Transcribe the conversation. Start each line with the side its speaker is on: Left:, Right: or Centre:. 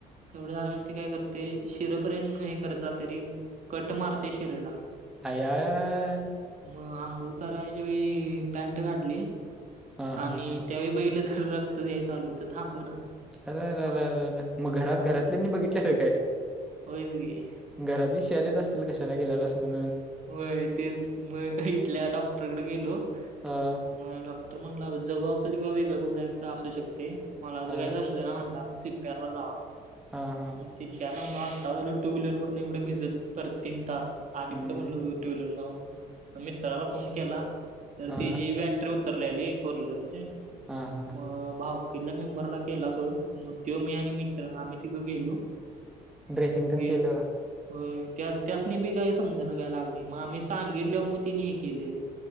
Right: तेवढं झालं म्हणजे ते काय करतेय शिरपर्यंत हे करत जातयरे कट मारतय रे शिरला.
Centre: अया अया य
Right: मग आंघोळ करायच्या वेळी पॅन्ट काढली
Centre: हा
Right: आणि
Centre: हा हा
Right: त्यावेळी, बघितलं तर रक्तच यायचं चालू होतं थांबनाच
Centre: अरं अरं
Right: मा
Centre: अरं मग घरात
Right: अस
Centre: घरातल्यांनी बघितल्यास काय
Right: होयच गे
Centre: घरातली शिव्या देत असतील, कशाला गेलेल्यास म्हणून,
Right: होय तेच म इथल्या डॉक्टरकडे गेलो.
Centre: हा
Right: मग डॉक्टर म्हणला जळु असेल किंवा वेगळपण कायतर असू शकतयं. मला तरी
Centre: हा
Right: काय समजना म्हटला मग सि पी आर ला जावा.
Centre: हा हा.
Right: सी पी आर म्हणल्यावर, आत्ताच आलोय टू व्हीलर वर एवढे भिजत परत तीन तास आणि
Centre: हम्म
Right: कुठं म्हणलो टू व्हीलर वरनं जाऊ मित्राला फोन केला. तर
Centre: हा
Right: त्याची बॅटरी उत्तरलेली फोर व्हीलरची
Centre: हा हा हा
Right: मग भाऊ कीतल्या मेंबरला केला सोड मग तो मी आणि मित्र आम्ही तिघं गेलो
Centre: ड्रेसिंग तेन
Right: गे
Centre: केलं?
Right: होय त्या त्यासनी बी काही समजना काय लागलंय मग आम्ही सांगितल्यावर मग तिनी हे केलंय.